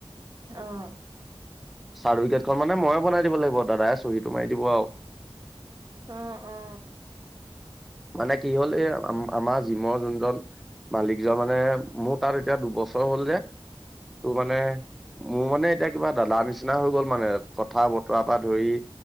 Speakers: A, on the right (about 40°); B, in the centre.
A: অ',
B: চাৰ্টিফিকেটখন মানে ময়ে বনাই দিব লাগিব দাদাই চহীটো মাৰি দিব আৰু।
A: অ - অ।
B: মানে কি হ'ল এই আমাৰ জিমৰ যোনজন মালিকজন মানে মোৰ তাত এতিয়া দুবছৰ হ'ল যে তোৰ মানে মোৰ মানে এতিয়া কিবা দাদাৰ নিচিনা হৈ গ'ল মানে কথা বতৰা পৰা ধৰি